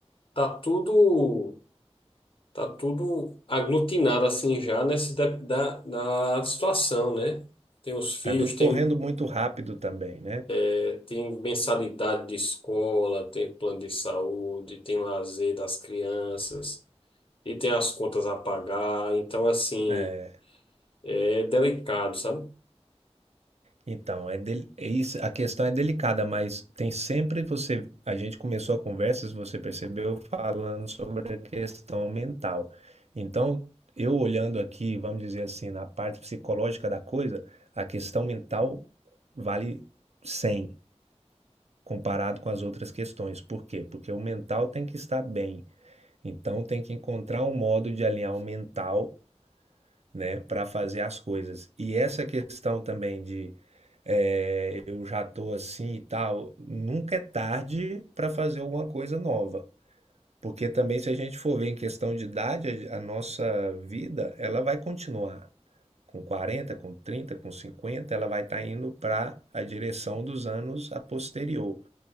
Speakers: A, on the left; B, on the right.
A: tá tudo, tá tudo aglutinado assim já nessa de- da, da situação, né? Tem os filhos,
B: Tá tudo
A: tem,
B: correndo muito rápido também, né?
A: eh, tem mensalidade de escola, tem plano de saúde, tem lazer das crianças, e tem as contas a pagar. Então, assim,
B: É,
A: é delicado, sabe?
B: então, é del- é isso, a questão é delicada, mas tem sempre você, a gente começou a conversa, se você percebeu, falando sobre a questão mental. Então, eu olhando aqui, vamos dizer assim, na parte psicológica da coisa, a questão mental vale 100 comparado com as outras questões. Por quê? Porque o mental tem que estar bem. Então, tem que encontrar um modo de alinhar o mental né, para fazer as coisas. E essa questão também de é, eu já tô assim e tal, nunca é tarde para fazer alguma coisa nova. Porque também, se a gente for ver em questão de idade, a a nossa vida, ela vai continuar. Com quarenta com trinta com cinquenta ela vai estar indo para a direção dos anos a posterior.